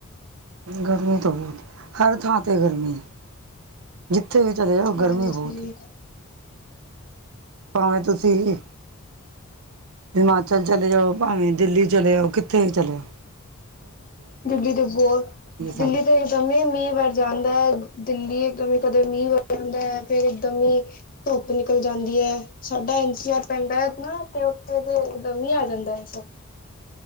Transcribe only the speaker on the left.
ਹਾਂਜੀ
ਦਿੱਲੀ ਦੇ ਬੋਰ ਦਿੱਲੀ
ਤਾਂ ਇੱਕਦਮ ਮੀਂਹ ਵਾਰ ਜਾਂਦਾ ਹੈ ਦਿੱਲੀ ਇੱਕਦਮ ਕਦੇ ਮੀ ਦਾ ਫੇਰ ਇੱਕਦਮ ਹੀ ਧੁੱਪ ਨਿਕਲ ਜਾਂਦੀ ਹੈ ਸਾਡਾ ਐਨ ਸੀ ਆਰ ਪੈਂਦਾ ਨਾ ਤੇ ਤੇ ਉਦ ਵੀ ਆ ਜਾਂਦਾ ਸਭ